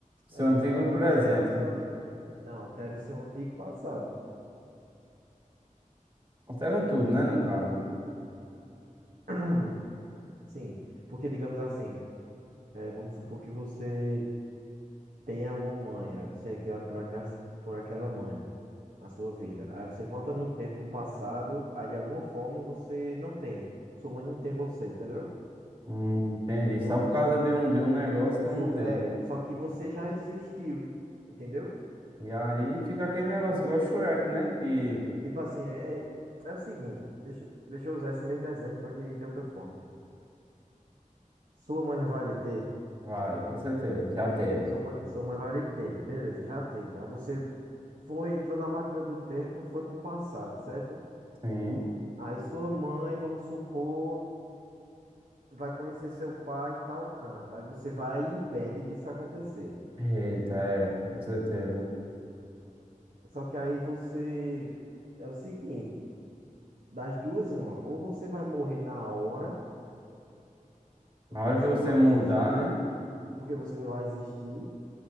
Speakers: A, on the right; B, on the right.
A: seu
B: É,
A: antigo
B: altera-
A: presente.
B: vai alterar o seu. Não, altera o seu antigo passado.
A: Altera tudo, né, no caso.
B: <clears throat> Sim, porque digamos assim, é, vamos supor que você tenha uma mãe, aí você é criado por aquela, por aquela mãe. na sua vida. Aí você volta no tempo do passado, aí de alguma forma você não tem. Sua mãe não tem você, entendeu?
A: Hum, entendi.
B: Sua,
A: Só por causa de um, de um negócio que
B: su-
A: eu mudei.
B: é, só que você já existiu, entendeu?
A: E aí fica aquele negócio igual Shrek, né? Que
B: Tipo assim, é, é, é o seguinte, deixa, deixa eu usar esse mesmo exemplo, só que de outra forma. Sua mãe não vai lhe ter,
A: Vai, com certeza. Já teve.
B: sua mãe, sua mãe vai lhe ter, beleza, já teve. Aí você foi, entrou na máquina do tempo, foi pro passado, certo?
A: Sim.
B: Aí sua mãe, vamos supor. vai conhecer seu pai em tal canto. Aí você vai e impede disso acontecer.
A: Eita, é, com certeza.
B: Só que aí você. É o seguinte, das duas, uma. Ou você vai morrer na hora,
A: Na
B: porque
A: hora
B: você
A: que você
B: não vai
A: mudar,
B: existir,
A: né?
B: porque você não vai existir,